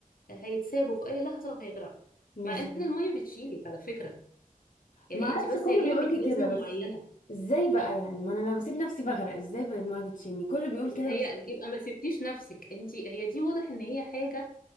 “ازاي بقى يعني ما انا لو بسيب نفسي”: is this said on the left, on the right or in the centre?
Left